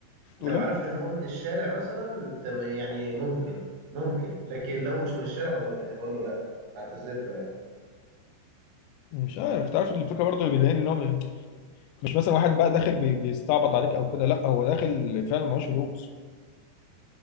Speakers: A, on the right; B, on the left.
A: لو
B: ولا
A: عارف ان هو من الشارع مثلا تم يعني ممكن ممكن لكن لو مش من الشارع هقول له لك هقول له لا اعتذر له يعني
B: مش عارف تعرف الفكره برضه اللي بيضايقني ان هو م- مش مثلا واحد بقى داخل بي- بيستعبط عليك او كده لا هو داخل فعلا معهوش فلوس